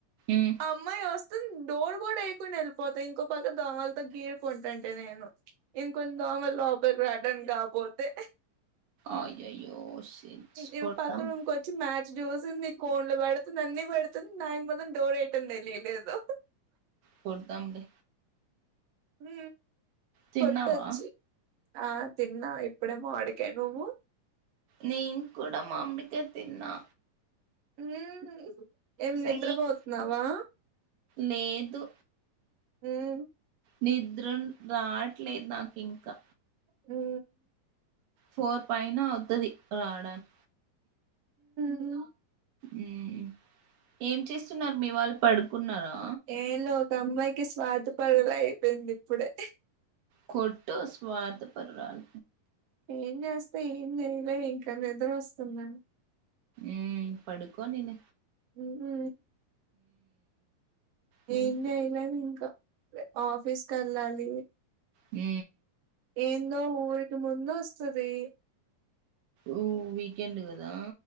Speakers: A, on the right; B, on the right.
A: మ్
B: అమ్మాయి వస్ డోర్ కూడా ఎయికుని వెళ్ళిపోతా ఇంకో పక్క దోమలతో గీరుకుంటుంటే నేను ఇంక కొంచం ఆమె రాటన్ కాగ్ కొడితే
A: అయ్యోయ్యో <unintelligible>
B: ఇవ పక్క రూమ్ కి వచ్చి మ్యాచ్ చూసింది కోన్లు పెడుతుంది అన్ని పెడుతుంది నాకు మత్రం డోర్ వేయటం తెలియలేదు
A: కొడుదాంలే
B: మ్
A: తిన్నావా
B: కొట్టొచ్చు ఆ తిన్నా ఇప్పుడేమో మావిడికాయ నువ్వు
A: నేను కూడా మామిడికాయ తిన్నా
B: మ్ ఏమి
A: సేమ్
B: నిద్రపోతున్నావా
A: లేదు
B: మ్
A: నిద్ర రావట్లేదు నాకు ఇంకా
B: ఉ
A: ఫోర్ పైన అవుతుది రాడాన్
B: ఉ
A: మ్ ఏం చేస్తున్నారు మీ వాళ్ళు పడుకు ఉన్నారా
B: ఏంలే ఒక అమ్మాయికి స్వాద పడలా అయిపోయింది ఇప్పుడే
A: కొట్ట స్వార్ద పరూరల
B: ఏం చేస్తే ఏం చేయలేదు ఇంకా నిద్ర వస్తుంద
A: ఉ పడుకో నిన్న
B: ఉ
A: హ్మ్.
B: ఇన్న అయిలాంకా ఆఫీస్ క వెళ్ళాలి
A: మ్
B: ఏందో ఊరికి ముందు వస్తది
A: ఊ వీకెండ్ కదా